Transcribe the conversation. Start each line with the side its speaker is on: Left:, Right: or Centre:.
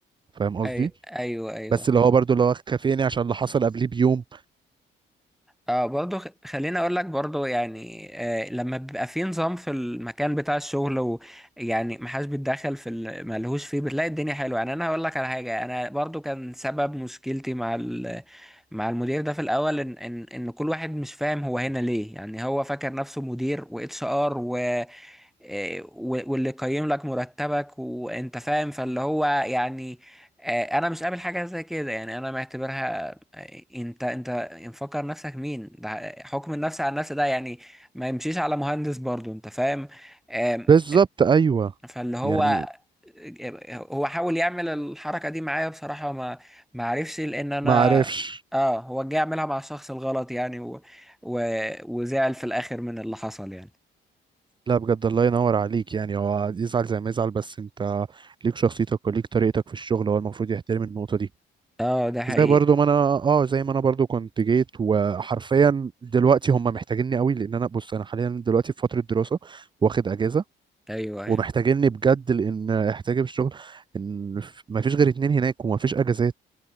Right: فاهم قصدي
Centre: ايوه ايوه ايوه
Right: بس اللي هو برضو اللي هو كافئني عشان اللي حصل قبليه بيوم
Centre: اه برضه خ- خليني اقول لك برضه يعني آه لما بيبقى في نظام في المكان بتاع الشغل ويعني محدش بيتدخل في ال- ملهوش فيه بتلاقي الدنيا حلوه يعني انا هقول لك على حاجه انا برضه كان سبب مشكلتي مع ال مع المدير ده في الاول ان ان ان كل واحد مش فاهم هو هنا ليه يعني هو فاكر نفسه مدير واتش ار آه، و- واللي يقيم لك مرتبك وانت فاهم فاللي هو يعني آه، انا مش قابل حاجه زي كده يعني انا معتبرها آه، انت انت مفكر نفسك مين ده حكم النفس على النفس ده يعني ما يمشيش على مهندس برضو انت فاهم آم،
Right: بالظبط ايوه
Centre: فاللي هو
Right: يعني
Centre: آه، هو حاول يعمل الحركه دي معايا بصراحه ما ما عرفش لان انا
Right: ما عرفش
Centre: اه هو جه يعملها مع الشخص الغلط يعني و... و... وزعل في الاخر من اللي حصل يعني
Right: لا بجد الله ينور عليك يعني هو يزعل زي ما يزعل بس انت ليك شخصيتك وليك طريقتك في الشغل هو المفروض يحترم النقطة دي
Centre: اه ده حقيقي
Right: زي برضو ما انا اه زي ما انا برضو كنت جيت وحرفيا دلوقتي هم محتاجيني قوي لان انا بص انا حاليا دلوقتي في فترة دراسة واخد اجازة
Centre: ايوه ايوه
Right: ومحتاجيني بجد لان احتاجي في الشغل ان ف- ما فيش غير اتنين هناك وما فيش اجازات